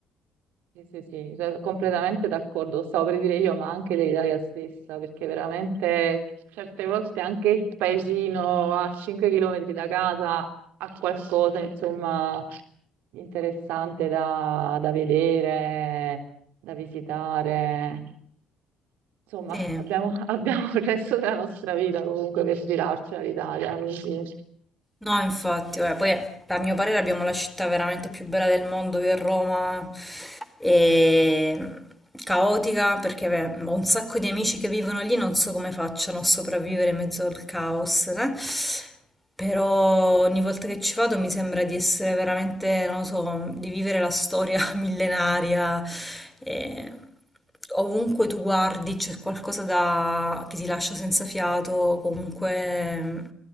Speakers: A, on the right; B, in the centre.
A: Sì, sì, sì, da- completamente d'accordo, lo stavo per dire io, ma anche l'Italia stessa, perché veramente certe volte anche il paesino a 5 km da casa ha qualcosa, insomma, di interessante da, da vedere, da visitare. Insomma,
B: Sì.
A: abbiamo, <laughs> abbiamo il resto della nostra vita comunque per girarci all'Italia, quindi
B: No, infatti, guarda, poi eh, a mio parere abbiamo la città veramente più bella del mondo che è Roma, e caotica perché beh, ho un sacco di amici che vivono lì, non so come facciano a sopravvivere in mezzo al caos, eh. Però ogni volta che ci vado mi sembra di essere veramente, non lo so, di vivere la storia <laughs> millenaria. eh ovunque tu guardi c'è qualcosa da- che ti lascia senza fiato, comunque mh,